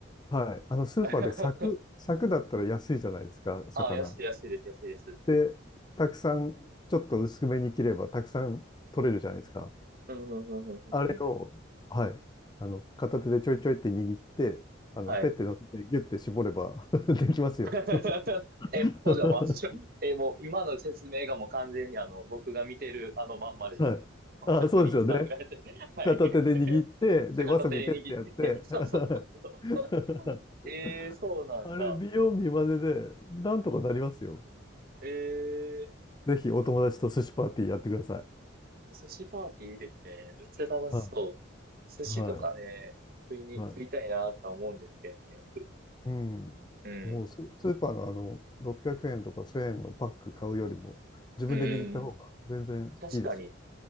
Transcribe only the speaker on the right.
<laughs>
あ安い、安いです、安いです。
うん、うん、うん、うん、
うん。
はい。
<laughs>
え、ほんじゃ、まあ、そえ、もう、今の説明がもう完全にあの、僕が見てるあのまんまでした。
まあ職人さんがやって、
<laughs> はい。
<laughs>
片手に握って、<laughs> そうそうそうそ
う。えー、そうなんだ。
えー、
まあ寿司パーティーいいですね。めっちゃ楽しそう。
寿司とかね、
食いに、
食いたいなとは思うんですけどね、よく。
うん。
うん。確かに。